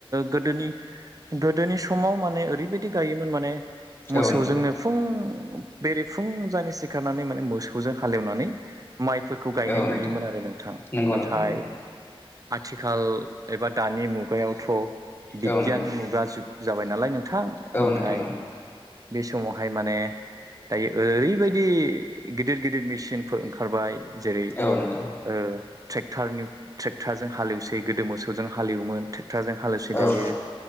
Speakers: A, on the right (about 35°); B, on the left (about 25°).
A: गोदोनि गोदोनि समाव माने ओरैबायदि गायोमोन माने मोसौजोंनो
B: औ नोंथां
A: फुं बेरेफुं जानि सिखारनानै माने मोसौजों हालेवनानै माइफोरखौ गायनाय
B: औ
A: नुयोमोन
B: नोंथां
A: आरो नोंथां
B: नंगौ
A: नाथाय
B: नोंथां
A: आथिखाल एबा दानि मुगायावथ' बिगियान
B: औ नोंथां
A: मुगा जुग जाबाय नालाय नों गोथां
B: औ
A: ओमफ्राय
B: नोंथां
A: बे समावहाय माने दायो ओरैबायदि गिदिर गिदिर मेचिनफोर ओंखारबाय जेरै
B: औ नोंथां
A: ओ ट्रेक्टार ट्रेक्टारजों हालेवसै गोदो मोसौजों हालेवोमोन ट्रारजों हालौसै
B: औ
A: दायो
B: नोंथां